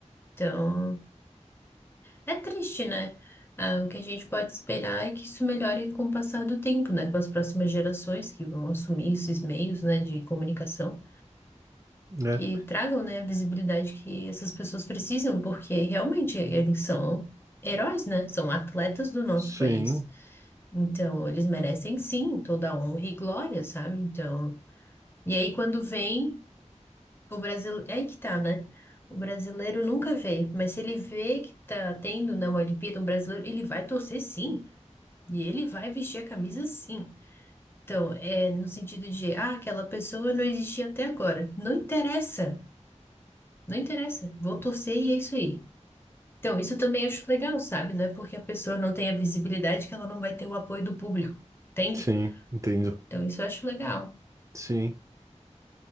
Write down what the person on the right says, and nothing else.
É,
sim,
sim, entendo.
Sim.